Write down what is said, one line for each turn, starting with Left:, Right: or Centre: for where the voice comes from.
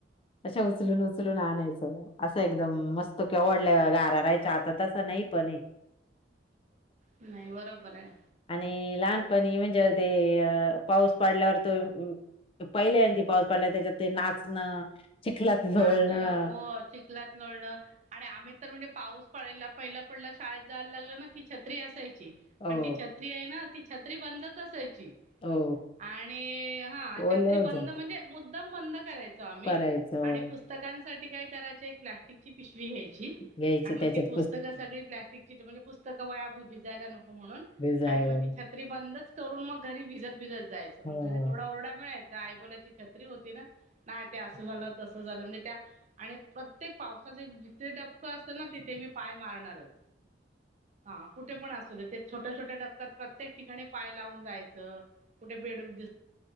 Left: अशा उचलून उचलून आणायचं असं एकदम मस्त किंवा वडल्या गार राहायच्या आता तसं. नाही प
Right: नाही बरोबर आहे
Left: लहानपणी म्हणजे ते पाऊस पडल्यावर त पहिले ती पाऊस पडला त्याच्यात ते नाचणं. चिखलात झोळणं
Right: नाचणं हो चखलात लळणं आणि आम्ही तर म्हणजे पाऊस प पहिला पडला शाळेत जायला लागलं ना की छत्री असायची
Left: हो
Right: पण ती छत्री आहे ना. त छत्री बंद असायची
Left: हो
Right: आणि हा
Left: ओलं
Right: छत्री
Left: होतं
Right: बंद म्हणजे मु एकदम बंद करायचो आम्ही
Left: करायचं
Right: आणि पुस्तकांसाठी काय करायच एक प्लास्टिकची पिशवी घ्यायची.
Left: घ्यायची
Right: मग
Left: त्याच्यात
Right: ती पुस्तक सग प्ज पुस्तकया भिजायला. म्हणून
Left: भिजायला
Right: आणि मग ती छत्री बंदच करून मग घरी भिजत भिजत. यच
Left: हो
Right: मग घरी थोडा रडा मिळायचा आई बोलाची छत्री होती ना नाही ते अस झालं. तसं झालं म्हणजे त्या आणि प्रत्येक पावसाचे जिथे टपकं असतं ना तिथे मी पाय मारणारच.
Left: <unintelligible>
Right: हा कुठे पण असू दे ते छोट्या छोट्या डप्क्यात प्रत्येक ठिकाणी पाय लावून जायचं. कुठे बेडूक दिस